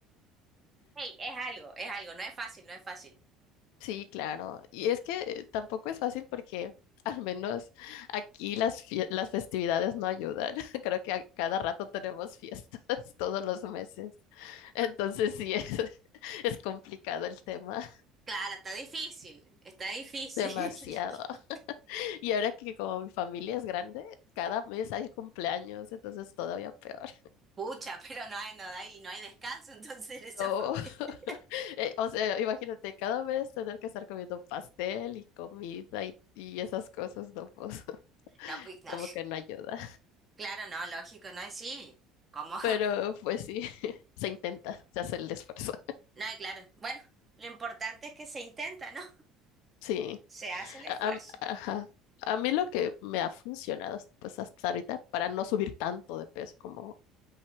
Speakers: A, on the right (about 20°); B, on the left (about 80°).
A: Hey, es algo, es algo, no es fácil, no es fácil.
B: Sí, claro. Y es que eh, tampoco es fácil porque al menos aquí las, fie- las festividades no ayudan. <laughs> Creo que a cada rato tenemos fiestas <laughs> todos los meses. Entonces
A: Mm.
B: sí, es, <laughs> es complicado el tema.
A: Claro, está difícil, está difícil.
B: Demasiado.
A: <laughs>
B: Y ahora que como mi familia es grande, cada mes hay cumpleaños, entonces todavía peor.
A: Pucha, pero no hay, no hay, no hay descanso entonces en esa
B: No,
A: familia.
B: <laughs>
A: <laughs>
B: eh, o sea, imagínate cada mes tener que estar comiendo pastel y comida y, y esas cosas, no, pues <laughs>
A: No, pues no.
B: como que no ayuda.
A: Claro, no, lógico, no hay sí. ¿Cómo? <laughs>
B: Pero pues sí, <laughs> se intenta, se hace el esfuerzo.
A: No, y claro. Bueno, lo importante es que se intenta, ¿no?
B: Sí,
A: se hace el
B: a,
A: esfuerzo.
B: a- ajá. A mí lo que me ha funcionado, pues hasta ahorita, para no subir tanto de peso como